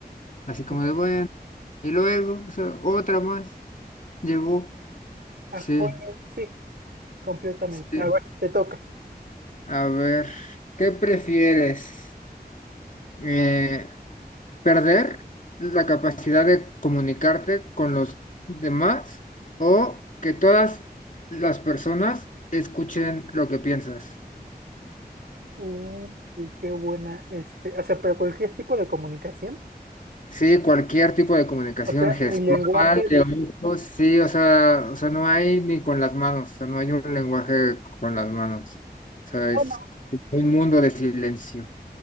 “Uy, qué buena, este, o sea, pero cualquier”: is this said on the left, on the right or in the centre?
Right